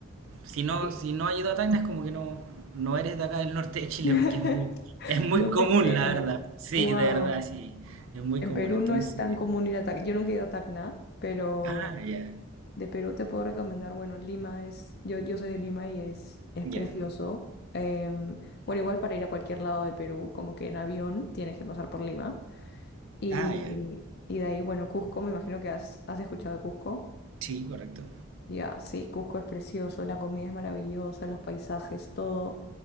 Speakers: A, on the right; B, on the left.
A: Si no,
B: Sí.
A: si no has ido a Tacna es como que no, no eres de acá del norte de Chile,
B: <laughs>
A: porque es muy, es muy
B: No
A: común,
B: te creo.
A: la verdad. Sí,
B: Wow.
A: de verdad, sí, es muy
B: En
A: común.
B: Perú
A: Entonces,
B: no es tan común ir a Tacna. Yo nunca he ido a Tacna, pero
A: ah, ya,
B: De Perú te puedo recomendar, bueno, Lima es, yo, yo soy de Lima y es, es
A: ya.
B: precioso. Em, bueno, igual para ir a cualquier lado de Perú, como que en avión tienes que pasar por Lima. Y,
A: Ah, ya.
B: y de ahí, bueno, Cusco, me imagino que has, has escuchado de Cusco.
A: Sí, correcto.
B: Ya, sí, Cusco es precioso, la comida es maravillosa, los paisajes, todo